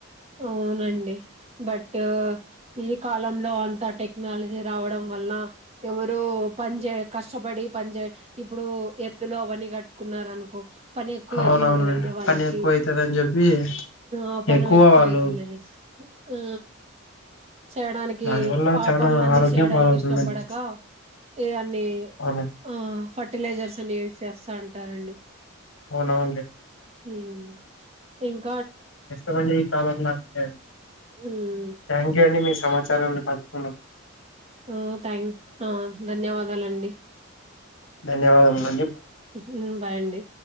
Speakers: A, on the right; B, on the left.
A: అవునండి బట్ ఈ కాలంలో అంత టెక్నాలజీ రావడం వళనా ఎవరో పనిచేయ కష్టపడి పనిచేయ ఇప్పుడు ఎద్దులు అవన్ని కట్టుకున్నారు అనుకో పని ఎక్కువ
B: అవునవునండి
A: అయితుంది కదండి వాళ్ళకి.
B: పని ఎక్కువ అవుతుందని చెప్పి
A: ఆ పని
B: ఎక్కువ
A: ఎ ఎక్కువైయితుందనేసి
B: వాళ్ళు
A: ఆ చేయడానికి
B: దాని వల్ల
A: ప
B: చానా
A: పనులన్నీ
B: ఆరోగ్యం
A: చేయడానికి
B: పాలవుతుందండి
A: ఇష్టం పడకా ఇవన్నీ
B: అవును
A: ఆ ఫర్టిలైజర్స్ అన్ని యూస్ చేస్తంటారండి.
B: అవునవునులే.
A: హ్మ్ ఇంక్
B: కష్టమండి ఈ కాలంలా అంతే
A: ఉమ్.
B: థ్యాంక్యూ అండి మీ సమాచారాన్ని పంచుకున్నందుకు.
A: ఆ థ్యాంక్ ఆ ధన్యవాదాలండి.
B: ధన్యవాదము.
A: హుహ్ బాయ్ అండి.